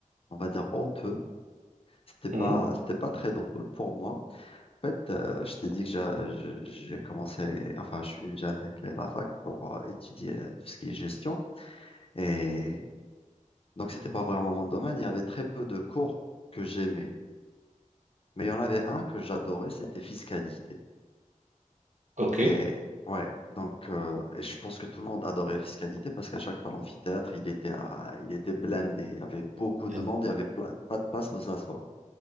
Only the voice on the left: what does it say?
on va dire, honteux. C'était pas,
c'était pas très drôle pour moi. En fait, euh, je t'ai dit que j'a- je- j'ai commencé, enfin, je suis, j'ai intégré la fac pour euh, étudier tout ce qui est gestion. Et donc, c'était pas vraiment mon domaine. Il y avait très peu de cours que j'aimais. Mais il y en avait un que j'adorais, c'était fiscalité.
Et ouais, donc euh, et je pense que tout le monde adorait Fiscalité parce qu'à chaque fois l'amphithéâtre, il était à- il était blindé, il y avait beaucoup de
monde, il y avait pla- pas de place où s'asseoir.